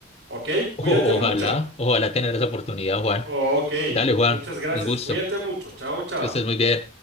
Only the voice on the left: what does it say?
<laughs>
o-
ojalá, ojalá tener esa oportunidad, Juan.
Dale, Juan,
un gusto,
que estés muy bien.